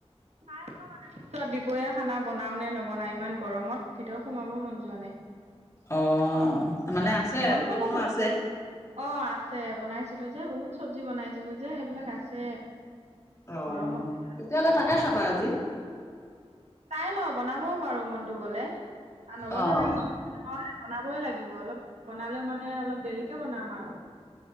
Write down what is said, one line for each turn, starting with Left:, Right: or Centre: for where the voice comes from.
Right: মানে পিছত দুপৰীয়া খানা বনাও নে নবনাাই ইমান গৰমত ভিতৰত সোমাব মন যোৱা নাই। নে।
Left: অ, মানে আছে
Right: মন
Left: ৰাতিপুৱা
Right: গ'লে
Left: বনোৱা
Right: বনাম
Left: আছে।
Right: অ, আছে বনাইছিলো যে বহুত চব্জি বনাইছিলো যে, এইবিলাক আছে।
Left: অ',
Right: গৰমত
Left: তেতিয়াহ'লে তাকে
Right: খাব-
Left: খাবা আজি।
Right: চাই লও বনাবও পাৰো মনটো গলে, আৰু নবলালে
Left: অ'
Right: <unintelligible> বনাবই লাগিব। অলপ বনালেও মানে অলপ দেৰিকে বনাম আৰু।